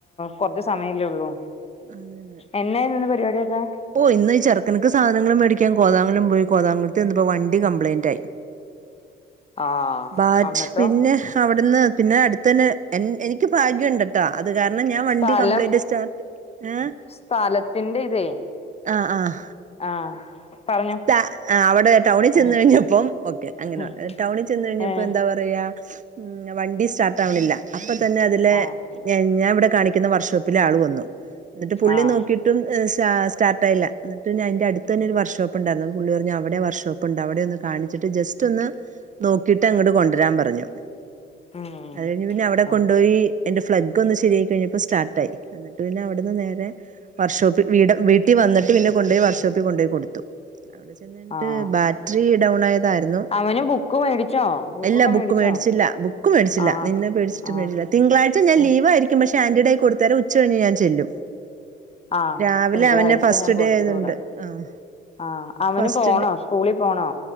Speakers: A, on the left; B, on the right.
A: കുറച്ച് സമയല്ലേ ഉള്ളൂ
B: അതന്നെ
A: എന്നന്നെന്ന് പരിപാടിയൊക്കെ
B: ഓ ഇന്ന് ചെറക്കൻക്ക് സാധനും മേടിക്കാൻ കോതാവുലം പോയി കോതാവുലത്തി ഇന്നപ്പോ വണ്ടിം കപ്ലയിന്റ് ആയി
A: ആഹ്
B: ബാച്ച്
A: അന്നിട്ടോ
B: പിന്നെ അവിട്ന്ന് പിന്നെ അടുത്തന്നെ എ എനിക്ക് ഭാഗ്യം ഇണ്ട് ട്ട അത് കാരണം ഞാൻ വണ്ടി
A: സ്ഥലം
B: കംപ്ലയ്ന്റ് സ്റ്റാർട്ട് ങ്
A: സ്ഥലത്തിന്റെ ഇതേ
B: ആഹ് ആഹ്
A: ആഹ് പറഞ്ഞോ
B: ത അവിടെ ടൗണിൽ ചെന്ന്
A: ആഹ്
B: കഴിഞ്ഞപ്പോം ഓക്കെ അങ്ങനെ
A: ഉം
B: ടൗണിൽ
A: ഏഹ്
B: പ്പോ എന്താ പറയാ വണ്ടി സ്റ്റാർട്ട് ആവ്ണില്ല അപ്പ തന്നെ അതിലെ
A: ആഹ്
B: ഞാ ഞാൻ ഇവിടെ കാണിക്ക്ന്ന വർഷോപ്പിലെ ആള് വന്നു ന്നിട്ട് പുള്ളി
A: ആഹ്
B: നോക്കി ട്ടും സാ സ്റ്റാർട്ടായില്ല എന്നിട്ട് അയിൻ്റെ അടുത്തന്നെ ഒരു വർഷോപ്പ്ണ്ടായിരുന്നു പുള്ളി പറഞ്ഞു അവിടെ വർഷോപ്പ് പ്പുണ്ട് അവിടെ ഒന്ന് കാണിച്ചിട്ട് ജസ്റ്റ് ഒന്ന് നോക്കിട്ട് അങ്ങട് കൊണ്ടരാൻ പറഞ്ഞു.
A: ഉം
B: അത് കഴിഞ്ഞ് പിന്നെ അവിടെ
A: ആഹ്
B: കൊണ്ടോയി അയ്ൻ്റെ ഫ്ലഗ് ഒന്ന് ശരിയായിക്കഴിഞ്ഞപ്പോ സ്റ്റാർട്ടായി എന്നിട്ട് പിന്നെ അവിടുന്ന് നേരെ വർഷോപ്പിൽ വീട് വീട്ടി വന്നിട്ട് പിന്നെ കൊണ്ടോയി വർഷോപ്പിൽ കൊണ്ടോയി കൊടുത്തു. ന്നിട്ട്
A: ആഹ്
B: ബാറ്ററി ഡൗൺ ആയതായിരുന്നു
A: അവന് ബുക്ക് മേടിച്ചോ? ബുക്കൊക്കെ
B: അല്ലാ
A: മേടിച്ചോ
B: ബുക്ക് മേടിച്ചില്ല ബുക്ക് മേടിച്ചില്ല.
A: ആഹ്
B: നിന്നെ പേടിച്ചിട്ട്
A: ആഹ്
B: മേടിച്ചില്ല തിങ്കളാഴ്ച ഞാൻ
A: ആഹ്
B: ലീവായിരിക്കും പക്ഷ ആന്റി ടയി കൊടുതേര് ഉച്ച കഴിഞ്ഞ് ഞാൻ ചെല്ലും
A: ആഹ്
B: രാവിലെ
A: തിങ്കളാഴ്ച
B: അവനെ ഫസ്റ്റ്
A: ഞാൻ കൊടുത്തു
B: ഡേ ആയതുണ്ട്
A: വിടാം
B: ആഹ്
A: ആഹ് അവന്
B: ഫസ്റ്റ്
A: പോണോ
B: ഡ്
A: സ്കൂളിൽ പോണോ